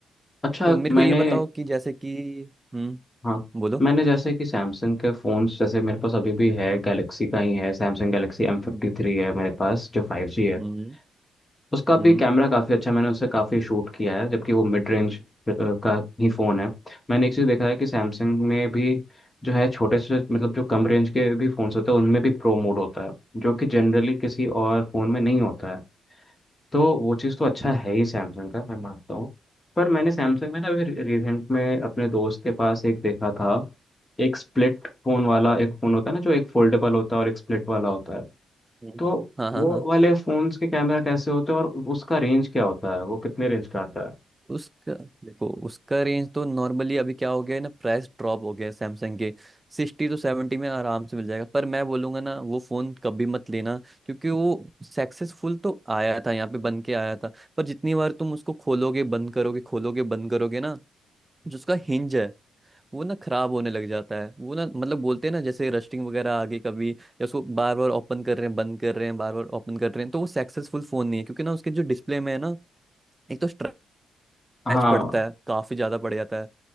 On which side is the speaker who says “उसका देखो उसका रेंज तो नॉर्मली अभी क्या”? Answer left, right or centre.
Right